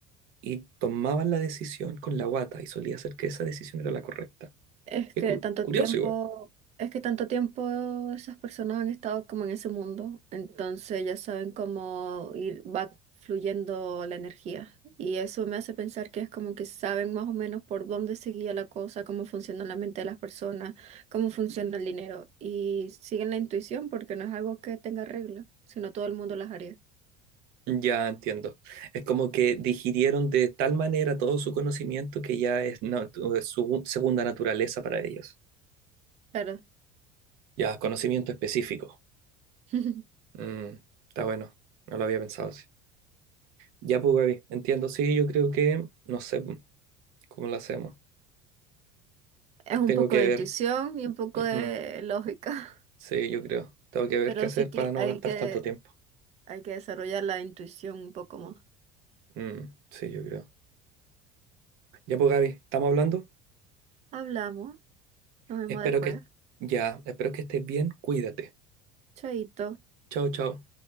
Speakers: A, on the right; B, on the right.
A: y tomaban la decisión con la guata y solía ser que esa decisión era la correcta.
B: Es
A: Qué
B: que
A: cu-
B: tanto
A: curioso
B: tiempo,
A: igual.
B: es que tanto tiempo esas personas han estado como en ese mundo, entonces ya saben cómo ir, va fluyendo la energía. Y eso me hace pensar que es como que saben más o menos por dónde seguía la cosa, cómo funciona la mente de las personas, cómo funciona el dinero. Y siguen la intuición porque no es algo que tenga reglas, sino todo el mundo las haría.
A: Ya entiendo. Es como que digirieron de tal manera todo su conocimiento que ya es, no- tu- es su segunda naturaleza para ellos.
B: Claro.
A: Ya, conocimiento específico.
B: <laughs>
A: Mm, está bueno. No lo había pensado así. Ya, pues, Gaby, entiendo. Sí, yo creo que, no sé mm, cómo lo hacemos.
B: Es un
A: Tengo
B: poco
A: que
B: de intuición
A: ver.
B: y un poco
A: Ujú.
B: de lógica,
A: Sí, yo creo. Tengo
B: <laughs>
A: que ver
B: pero
A: qué hacer
B: sí que
A: para no
B: hay
A: gastar
B: que
A: tanto tiempo.
B: Hay que desarrollar la intuición un poco más.
A: Mm, sí, yo creo. Ya, pues, Gaby, ¿estamos hablando?
B: Hablamos, nos vemos
A: Espero
B: después.
A: que, ya, espero que estés bien. Cuídate.
B: Chaito.
A: Chao, chao.